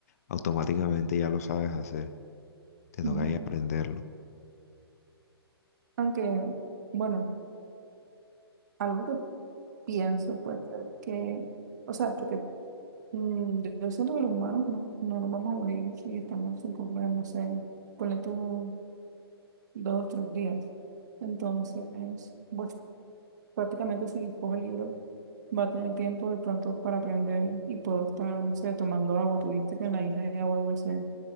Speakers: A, on the left; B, on the right.
A: automáticamente ya lo sabes hacer. Te toca
B: Ujú.
A: ahí aprenderlo.
B: Aunque, bueno, algo que Pienso, puede ser que, o sea, porque mm, yo siento que los humanos no, no nos vamos a morir si estamos sin comer, no sé, ponle tú dos, tres días. Entonces, pues prácticamente si cojo el libro, va a tener tiempo de pronto para aprender y puedo estar, no sé, tomando agua. Tuviste que en la isla hay agua dulce,